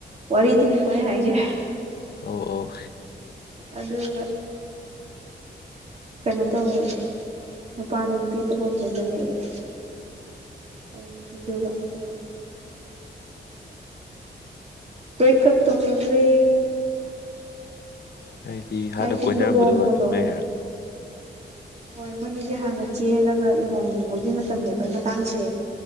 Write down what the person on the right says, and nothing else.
ꯋꯥꯔꯤꯗꯨꯅꯤꯀꯣ ꯍꯥꯏꯁꯦ
ꯑꯗꯨꯒ ꯀꯩꯅꯣ ꯇꯧꯋꯦ ꯅꯨꯄꯥꯗꯣ ꯅꯨꯄꯤ ꯑꯇꯣꯞꯄ ꯆꯦꯟꯁꯤꯜꯂꯛꯑꯦ ꯑꯗꯨ ꯅꯨꯄꯤꯗꯨꯒ ꯑꯗꯨꯝ ꯕꯦꯀꯞ ꯇꯧꯅꯒꯔꯦ
ꯍꯥꯏꯗꯤ
ꯂꯨꯍꯣꯡꯕꯗꯣ
ꯍꯣꯏ ꯃꯣꯏꯅꯤꯗꯤ ꯍꯥꯟꯅ ꯆꯦꯜꯂꯒ ꯂꯨꯍꯣꯡꯕꯒꯤ ꯃꯇꯝ ꯂꯦꯞꯄꯩ ꯃꯇꯥꯡꯁꯦ